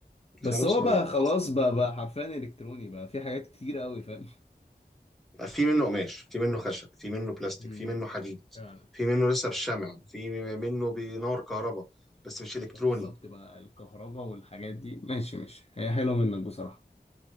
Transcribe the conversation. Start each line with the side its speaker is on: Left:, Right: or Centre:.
Left: بس
Centre: فانوس
Left: هو
Centre: رمضان
Left: بقى خلاص بقى بقى حرفيا الكتروني بقى في حاجات كتير قوي فاهم
Centre: في منه قماش في منه خشب في منه بلاستيك
Left: امم
Centre: في منه حديد
Left: فعلا
Centre: في منه لسه بالشمع في منه بنار كهرباء بس مش الكتروني
Left: بالظبط بقى الكهرباء والحاجات دي ماشي ماشي هي حلوة منك بصراحة